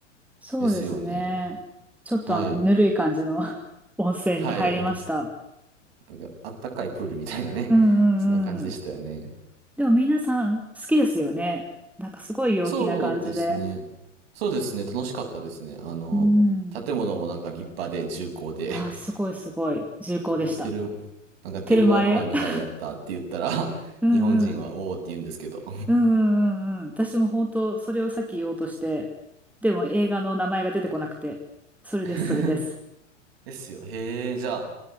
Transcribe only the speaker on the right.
ですよね。
はい。
はい。あのなんか、あったかいプールみたいなね。
<laughs> そんな感じでしたよね。
そうですね。そうですね。楽しかったですね。あの、
建物もなんか立派で重厚で、
<laughs>
なんかテル、なんかテルマエロマエみたいやったって言ったら、
<laughs>
日本人はおーって言うんですけど。
<laughs>
ですよ。へえ、じゃあ、